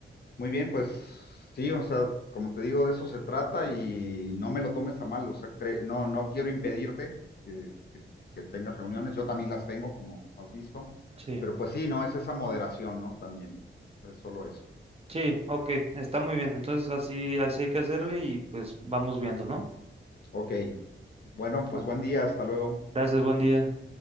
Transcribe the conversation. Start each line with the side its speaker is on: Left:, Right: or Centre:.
Left: muy bien, pues sí, o sea, como te digo, de eso se trata y no me lo tomes a mal, o sea, cre- no, no quiero impedirte que, que- que tengas reuniones, yo también las tengo, como has visto,
Right: Sí.
Left: pero pues sí, no, es esa moderación, ¿no? También, es solo eso.
Right: Sí, ok, está muy bien. Entonces así, así hay que hacerle y pues vamos viendo, ¿no?
Left: Ok. Bueno, pues
Right: Bueno,
Left: buen día, hasta luego.
Right: gracias, buen día.